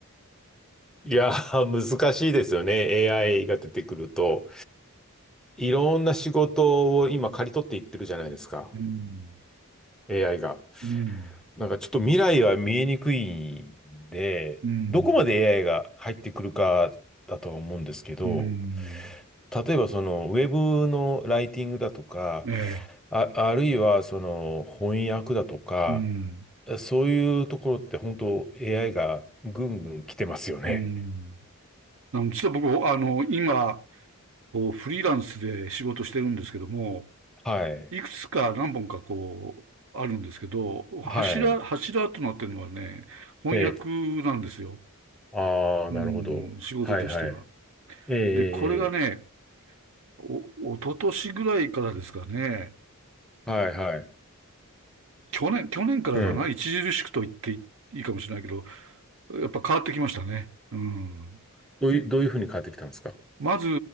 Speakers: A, in the centre; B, on the right (about 65°).
A: いやー、<laughs> 難しいですよね。AI
B: う。うん。
A: が出てくると。いろんな仕事を今刈り取っていってるじゃないですか。
B: うん。
A: AI が。
B: うん。
A: なんかちょっと未来は見えにくいんで、
B: うん。
A: どこまで AI が入ってくるかだとは思うんですけど、
B: うん
A: 例えばそのウェブのライティングだとか、
B: ええ。
A: あ、あるいはその翻訳だとか、
B: うん。
A: そういうところって本当 AI がぐんぐん来てますよね。
B: うん。あの、実は僕、あの、今、こう、フリーランスで仕事してるんですけども、
A: はい。
B: いくつか何本かこう、あるんですけど、
A: はい。
B: 柱、柱となってるのはね、翻訳なんですよ。
A: えー、ああ、
B: うん、
A: なるほど。
B: 仕事としては。
A: はいはい。えーええ
B: で、これがね、お、一昨年ぐらいからですかね、
A: はいはい。
B: 去年、去年からかな、
A: うん。
B: 著しくと言っていいかもしれないけど、やっぱ変わってきましたね。うん。
A: どういう、どういうふうに変わってきたんですか
B: まず、